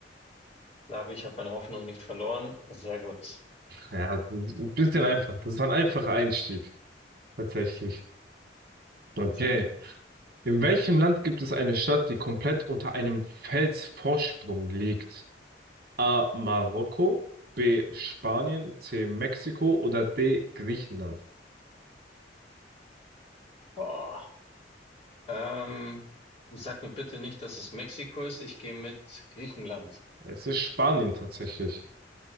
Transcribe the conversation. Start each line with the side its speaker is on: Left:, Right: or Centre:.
Left: Labi, ich habe meine Hoffnung nicht verloren. Sehr gut.
Right: Ja, das ist ein bisschen einfach. Das ist ein einfacher Einstieg. Tatsächlich.
Left: Tatsächlich.
Right: Okay. In welchem Land gibt es eine Stadt, die komplett unter einem Felsvorsprung liegt? A. Marokko, B. Spanien, C. Mexiko oder D. Griechenland?
Left: Boah. Ähm, sag mir bitte nicht, dass es Mexiko ist. Ich gehe mit Griechenland.
Right: Es ist Spanien tatsächlich.